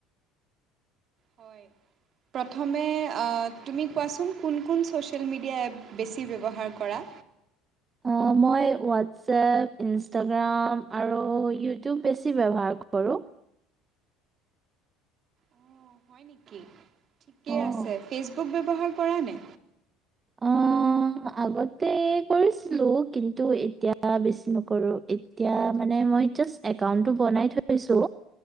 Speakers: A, on the right; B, on the right.
A: হয়। প্ৰথমে আ তুমি কোৱাচোন কোন কোন ছ'চিয়েল মিডিয়া এপ বেছি ব্যৱহাৰ কৰা?
B: অঁ, মই হোৱাটছএপ ইনষ্টাগ্ৰাম আৰু ইউটিউব বেছি ব্যৱহাৰ কৰোঁ।
A: অঁ হয় নেকি? ঠিকে
B: অ',
A: আছে ফেচবুক ব্যৱহাৰ কৰা নে?
B: অঁ। অঁ আগতে কৰিছিলো, কিন্তু এতিয়া বেছি নকৰো। এতিয়া মানে মই জাষ্ট একাউণ্টটো বনাই থৈছো।